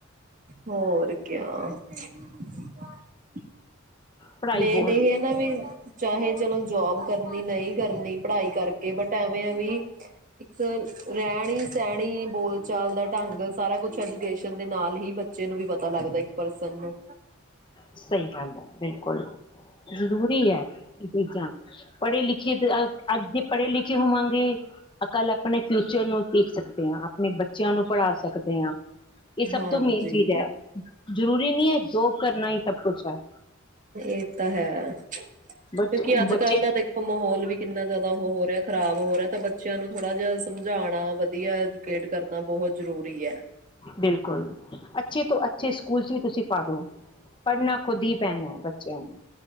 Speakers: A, on the right (about 40°); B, on the left (about 25°).
A: ਹੋਰ ਕਿਆ। <inaudible>
B: ਪੜ੍ਹਾਈ
A: ਮੇਨ
B: ਬਹੁਤ
A: ਇਹ ਹੈ ਨਾ ਵੀ। ਚਾਹੇ ਚਲੋ ਜੌਬ। ਕਰਨੀ ਨਹੀਂ, ਕਰਨੀ ਪੜ੍ਹਾਈ ਕਰਕੇ ਬਟ ਐਵੇਂ ਵੀ। ਇੱਕ ਰਹਿਣੀ ਸਹਿਣੀ ਬੋਲ ਚਾਲ ਦਾ ਢੰਗ। ਸਾਰਾ ਕੁਝ ਐਜੂਕੇਸ਼ਨ, ਦੇ ਨਾਲ ਹੀ ਬੱਚੇ ਨੂੰ ਵੀ ਪਤਾ ਲੱਗਦਾ ਇੱਕ ਪਰਸਨ ਨੂੰ।
B: ਸਹੀ ਗੱਲ ਹੈ। ਬਿਲਕੁਲ ਜ਼ਰੂਰੀ ਹੈ, ਇਹ ਚੀਜ਼ਾਂ। ਪੜ੍ਹੇ ਲਿਖੇ ਅੱਜ ਜੇ ਪੜ੍ਹੇ ਲਿਖੇ ਹੋਵਾਂਗੇ ਅ ਕੱਲ ਆਪਣੇ ਫਿਊਚਰ ਨੂੰ ਦੇਖ ਸਕਦੇ ਹਾਂ। ਆਪਣੇ ਬੱਚਿਆਂ ਨੂੰ ਪੜ੍ਹਾ ਸਕਦੇ ਹਾਂ। ਇਹ ਸਭ
A: ਹਾਂਜੀ
B: ਤੋਂ ਮੇਨ ਚੀਜ਼ ਹੈ। ਜ਼ਰੂਰੀ ਨਹੀਂ ਹੈ ਜੋੋ ਕਰਨਾ ਹੀ ਸਭ ਕੁਛ ਹੈ।
A: ਇਹ ਤਾਂ ਹੈ। ਕਿਉਂਕਿ
B: ਬਟ
A: ਅੱਜ
B: ਬੱਚੇ
A: ਕੱਲ ਦਾ ਦੇਖੋ ਮਾਹੌਲ ਵੀ ਕਿੰਨਾ ਜਿਆਦਾ ਉਹ ਹੋ ਰਿਹਾ। ਖਰਾਬ ਹੋ ਰਿਹਾ ਤਾਂ ਬੱਚਿਆਂ ਨੂੰ ਥੋੜਾ ਜਿਹਾ ਸਮਝਾਣਾ ਵਧੀਆਂ ਐਜੂਕੇਟ ਕਰਨਾ ਬਹੁਤ ਜਰੂਰੀ ਹੈ।
B: ਬਿਲਕੁਲ ਅੱਛੇ ਤੋਂ ਅੱਛੇ ਸਕੂਲ ਚ ਵੀ ਤੁਸੀਂ ਪਾਦੋ। ਪੜ੍ਹਨਾ ਖੁਦ ਹੀ ਪੈਣਾਂ ਹੈ ਬੱਚਿਆਂ ਨੂੰ।